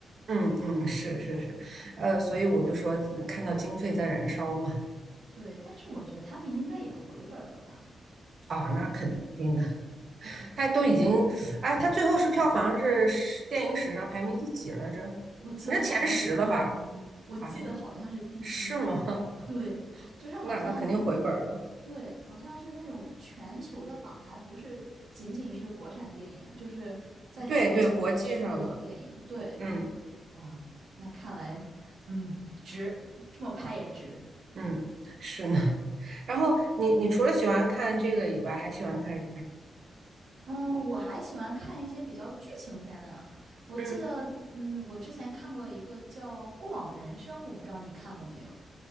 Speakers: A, on the right; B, on the right.
A: 嗯嗯，是是是，呃，所以我就说看到经费在燃烧嘛，
B: <laughs> 对，但是我觉得他们应该也回本儿了吧？
A: 啊，那肯定的，他都已经，哎，他最后是票房是史电影史上排名第几来着？
B: 我记得好像是第一，
A: 反正前十了吧？
B: 我记得好像是第一，
A: 啊，那是吗？
B: 对，
A: <laughs>
B: 就是好像跟
A: 那那肯定回本儿了。
B: 对，好像是那种全球的榜，还不是仅仅是国产电影，就是在全球和所有电影。
A: 对对，国际上的，
B: 对，
A: 嗯
B: 哇，那看来，嗯，值，这么拍也值。
A: 嗯，是呢。<laughs> 然后你你除了喜欢看这个以外，还喜欢看，
B: 嗯，我还喜欢看一些比较剧情片的。我记得，
A: 嗯，
B: 嗯，我之前看过一个叫《过往人生》，我不知道你看过没有。